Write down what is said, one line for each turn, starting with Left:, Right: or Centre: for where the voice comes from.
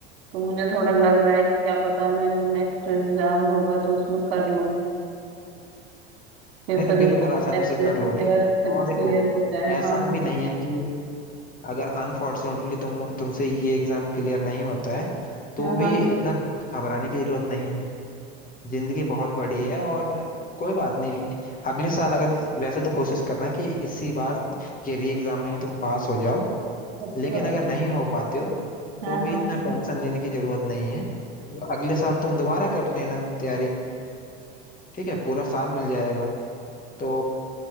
Right: तो मुझे थोड़ा लग रहा है कि क्या पता मैं जो नेक्स्ट एग्जाम होगा तो उसमें कर लूँ पेपर
Left: नहीं नहीं बिल्कुल
Right: एग्जाम
Left: आसानी
Right: शायद
Left: से कर
Right: मेरे क्लियर
Left: लोगे और देखो
Right: क्लियर हो जाए
Left: ऐसा
Right: हाँ हाँ
Left: भी नहीं है कि अगर अनफॉर्चुनेटली तुम तुमसे ये एग्जाम क्लियर नहीं होता है तो
Right: हाँ हाँ
Left: भी इतना घबराने की जरूरत नहीं है जिंदगी बहुत बड़ी है और कोई बात नहीं अगले साल अगर वैसे तो कोशिश करना कि इसी बार ये री एग्जाम में ही तुम पास हो जाओ
Right: अच्छा
Left: लेकिन अगर नहीं हो पाते हो
Right: हाँ
Left: तो भी
Right: हाँ
Left: इतना टेंशन लेने की जरूरत नहीं है तो अगले साल तुम दोबारा कर लेना तैयारी ठीक है पूरा साल मिल जाएगा तो